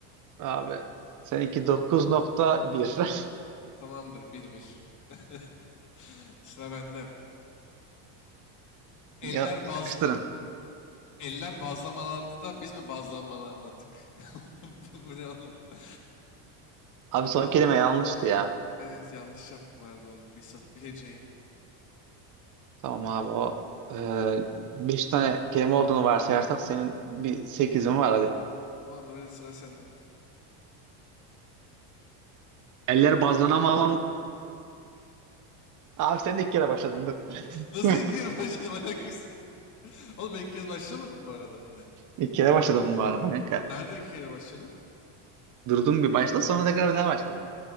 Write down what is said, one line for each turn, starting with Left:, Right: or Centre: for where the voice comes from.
Right: Abi seninki 9.1. <laughs>
Left: Tamamdır, bir bir. <laughs> Sıra bende. Eller
Right: Ya
Left: baz
Right: yapıştırın.
Left: eller bazlamalandı da biz mi bazlamalanmadık? <laughs> Bu bu ne oğlum? <laughs>
Right: Abi son kelime yanlıştı ya.
Left: Evet yanlış yaptım herhalde oldu. Bir sat bir heceyi.
Right: Tamam abi o e, beş tane kelime olduğunu varsayarsak senin bir sekizin var hadi.
Left: Tamamdır hadi sıra sende.
Right: Eller bazlana mı alalım? Abi sen de ilk kere başladın dur.
Left: Nasıl
Right: <laughs>
Left: iki kere başladım alakası seni. <laughs> Oğlum ben ilk kez başlamadım bu arada.
Right: İlk kere başladım bu arada kanka.
Left: Nerede iki kere başladın?
Right: Durdum bir başta sonra tekrar bir daha başladım.